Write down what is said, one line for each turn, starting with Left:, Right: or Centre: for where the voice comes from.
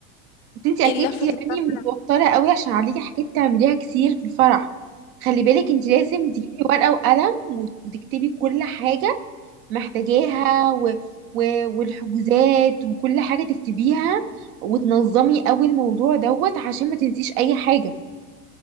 Right: بس انت اكيد
Left: ايه اللفة
Right: يعني
Left: الطرف
Right: متوتره قوي عشان عليكي حاجات تعمليها كتير في الفرح خلي بالك انت لازم تجيبي ورقه وقلم وت- وتكتبي كل حاجه محتاجاها و... و... والحجوزات وكل حاجه تكتبيها وتنظمي قوي الموضوع دوت عشان ما تنسيش اي حاجه